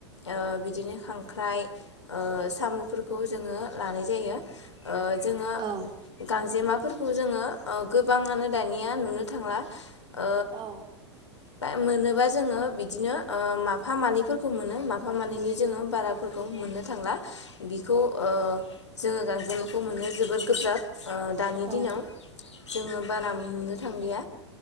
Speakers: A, on the left; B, on the right.
A: ओ बिदिनो खांख्राइ ओ साम'फोरखौ जोङो लानाय जायो। ओ जोङो
B: औ
A: गांजेमा फोरखौ ओ जोङो गोबांङनो दानिया नुनो थांला ओ
B: औ।
A: <unintelligible> मोनोबा जोङो बिदिनो ओ माफा मानैफोरखौ मोनो। माफा मानैनि जोङो बाराफोरखौ मोननो थांला। बिखौ ओ जोङो गांजेमाखौ मोनो जोबोद गोब्राब। ओ दानि
B: औ
A: दिनाव। जोङो बारा नुनो थांलिया।